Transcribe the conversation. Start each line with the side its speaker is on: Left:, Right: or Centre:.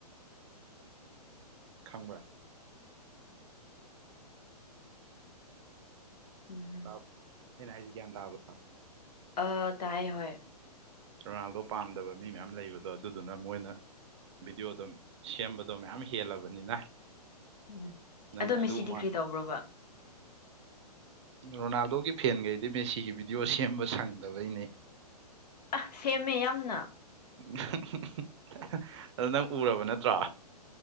Right: ꯈꯪꯕ꯭ꯔꯥ
Left: ꯎꯝ
Right: ꯇꯥ ꯑꯩꯅ ꯍꯥꯏꯁꯦ ꯒ꯭ꯌꯥꯟ ꯇꯥꯕ꯭ꯔꯣ
Left: ꯑ ꯇꯥꯏꯌꯦ ꯍꯣꯏ
Right: ꯔꯣꯅꯥꯜꯗꯣ ꯄꯥꯝꯗꯕ ꯃꯤ ꯃꯌꯥꯝ ꯂꯩꯕꯗꯣ ꯑꯗꯨꯗꯨꯅ ꯃꯣꯏꯅ ꯚꯤꯗ꯭ꯌꯣ ꯗꯣ ꯁꯦꯝꯕꯗꯣ ꯃꯌꯥꯝ ꯍꯦꯜꯂꯕꯅꯤꯅ
Left: ꯎꯝ
Right: ꯅꯪꯅ
Left: ꯑꯗꯣ ꯃꯦꯁꯤꯗꯤ
Right: ꯑꯗꯨꯒꯨꯝꯕ
Left: ꯀꯔꯤ ꯇꯧꯕ꯭ꯔꯣꯕ
Right: ꯔꯣꯅꯥꯜꯗꯣꯒꯤ ꯐꯦꯟꯒꯩꯗꯤ ꯃꯦꯁꯤꯒꯤ ꯚꯤꯗꯤꯑꯣ ꯁꯦꯝꯕ ꯁꯪꯗꯕꯩꯅꯦ
Left: ꯑꯥ ꯁꯦꯝꯃꯦ ꯌꯥꯝꯅ
Right: ꯍꯥꯍꯥꯍꯥ ꯑꯗꯨ ꯅꯪ ꯎꯔꯕ ꯅꯠꯇ꯭ꯔꯣ